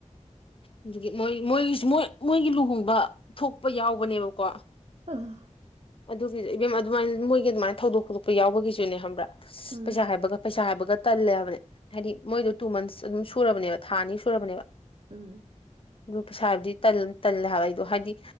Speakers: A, on the left; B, on the right.
A: ꯑꯗꯨꯒꯤ ꯃꯣꯏ ꯃꯣꯏꯒꯤꯁꯨ ꯃꯣꯏ ꯃꯣꯏꯒꯤ ꯂꯨꯍꯣꯡꯕ ꯊꯣꯛꯄ ꯌꯥꯎꯕꯅꯦꯕꯀꯣ
B: ꯑ
A: ꯑꯗꯨꯒꯤꯁꯨ ꯏꯕꯦꯝ ꯑꯗꯨꯃꯥꯏꯅ ꯃꯣꯏꯒꯤ ꯑꯗꯨꯃꯥꯏꯅ ꯊꯧꯗꯣꯛ ꯊꫭꯛꯂꯛꯄ ꯌꯥꯎꯕꯒꯤꯁꯨꯅꯦ ꯈꯪꯕ꯭ꯔꯥ
B: ꯎꯝ
A: ꯄꯩꯁꯥ ꯍꯥꯏꯕꯒ ꯄꯩꯁꯥ ꯍꯥꯏꯕꯒ ꯇꯜꯂꯦ ꯍꯥꯏꯕꯅꯦ ꯍꯥꯏꯗꯤ ꯃꯣꯏꯗꯣ ꯇꯨ ꯃꯟꯁ ꯑꯗꯨꯝ ꯁꯨꯔꯕꯅꯦꯕ ꯊꯥ ꯑꯅꯤ ꯁꯨꯔꯕꯅꯦꯕ
B: ꯎꯝ
A: ꯑꯗꯨ ꯄꯩꯁꯥꯕꯨꯗꯤ ꯇꯜꯂꯦ ꯍꯥꯏꯕ ꯑꯩꯗꯣ ꯍꯥꯏꯗꯤ